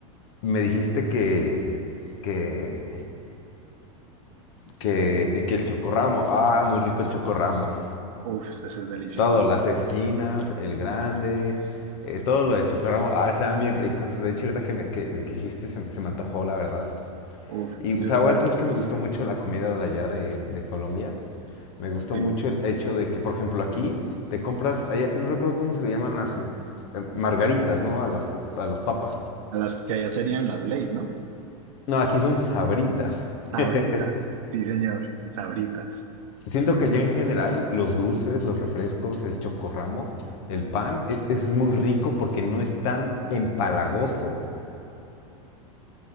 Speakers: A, on the left; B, on the right.
A: me dijiste que, que, que, eh, que el chocorramo. Ah, muy rico el chocorramo.
B: uff, ese es delicioso,
A: Todo, las esquinas, el grande, eh, todo lo de chocorramo. Ah, se dan bien ricos. De hecho, ahorita que, me, que, que dijiste se, se me antojó, la verdad.
B: uff,
A: Y,
B: yo,
A: o sea, igual
B: yo,
A: sabes que me gustó mucho la comida de allá de, de Colombia. Me gustó
B: sí,
A: mucho el hecho de que, por ejemplo, aquí te compras, allá, no recuerdo cómo se le llaman a sus eh, margaritas, ¿no? A los, a los papas.
B: a las que allá serían las leyes, ¿no?
A: No, aquí son sabritas. <laughs>
B: Sabritas, sí señor, sabritas,
A: Siento que ya en general los dulces, los refrescos, el chocorramo, el pan es, es muy rico porque no es tan empalagoso.